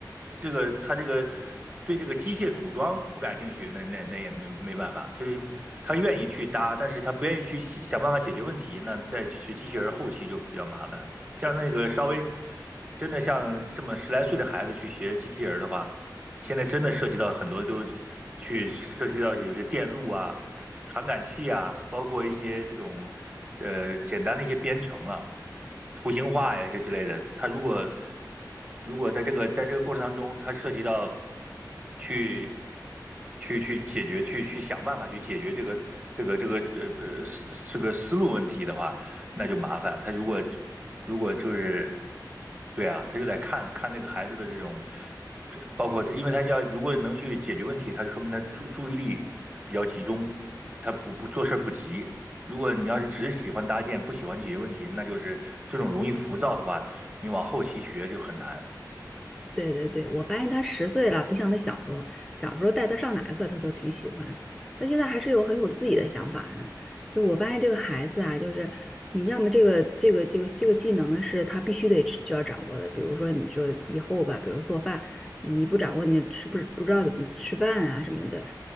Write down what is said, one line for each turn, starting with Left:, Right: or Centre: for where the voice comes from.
Right: 这个他这个对这个机械组装不感兴趣，那那那也没没办法，就是他愿意去搭，但是他不愿意去想想办法解决问题，那在学机器人后期就比较麻烦。像那个稍微真的像这么十来岁的孩子去学机器人的话，现在真的涉及到很多，就去涉及到有些电路啊、传感器啊，包括一些这种呃简单的一些编程了、图形化呀一些之类的。它如果如果在这个在这个过程当中，它涉及到去去去解决、去去想办法去解决这个这个这个呃呃思这个思路问题的话，那就麻烦。他如果如果就是。对啊，他就得看看那个孩子的这种，这包括他，因为他要如果能去解决问题，他就说明他注注意力比较集中，他不不做事不急。如果你要是只喜欢搭建，不喜欢解决问题，那就是这种容易浮躁的话，你往后期学就很难。
Centre: 对对对，我发现他十岁了，不像他小时候，小时候带他上哪个课他都挺喜欢，他现在还是有很有自己的想法的。就我发现这个孩子啊，就是你要么这个这个这个这个技能呢是他必须得需要掌握的，比如说你说以后吧，比如做饭，你不掌握你是不是不知道怎么吃饭啊什么的。